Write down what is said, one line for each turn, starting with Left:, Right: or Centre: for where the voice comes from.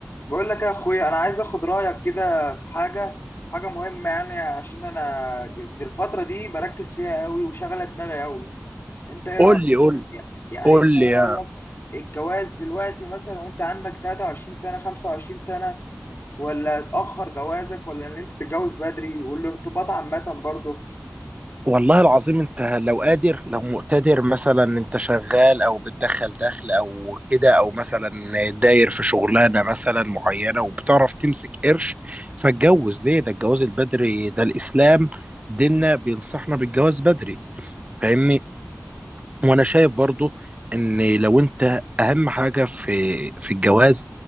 Left: بقول لك يا اخويا انا عايز اخد رايك كده في حاجه حاجه مهمه يعني عشان انا د- الفتره دي بركز فيها قوي وشغله دماغي قوي انت ايه
Right: قول
Left: رايك
Right: لي قول لي
Left: يع- يعني
Right: قول
Left: انت ايه
Right: لي يا-
Left: رايك الجواز دلوقتي مثلا وانت عندك 23 سنه 25 سنه ولا تاخر جوازك ولا ان انت تتجوز بدري والارتباط عامه برضه
Right: والله العظيم انت لو قادر لو مقتدر مثلا انت شغال او بتدخل دخل او كده او مثلا داير في شغلانه مثلا معينه وبتعرف تمسك قرش فاتجوز ليه ده الجواز البدري ده الاسلام ديننا بينصحنا بالجواز بدري فاهمني وانا شايف برضو ان لو انت اهم حاجه في في الجواز